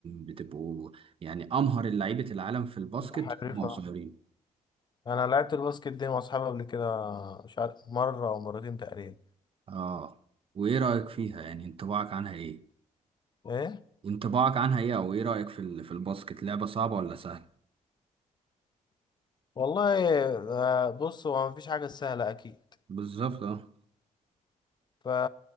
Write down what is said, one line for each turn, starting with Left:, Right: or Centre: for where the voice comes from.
Right: بتبقوا يعني امهر لعيبه العالم في الباسكت
Left: يبقى حريفه
Right: هم قصيرين
Left: انا لعبت الباسكت دي مع اصحابي قبل كده مش عارف مره او مرتين تقريبا
Right: اه وايه رايك فيها يعني انطباعك عنها ايه
Left: ايه
Right: انطباعك عنها ايه او ايه رايك في ال- في الباسكت لعبه صعبه ولا سهله
Left: والله آه، بص هو مفيش حاجة سهلة أكيد
Right: بالظبط اه
Left: ف...